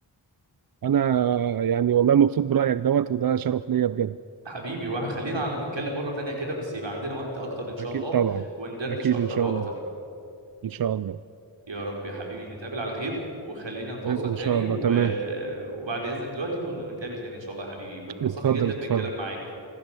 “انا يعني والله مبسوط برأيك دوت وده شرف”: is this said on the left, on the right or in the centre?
Right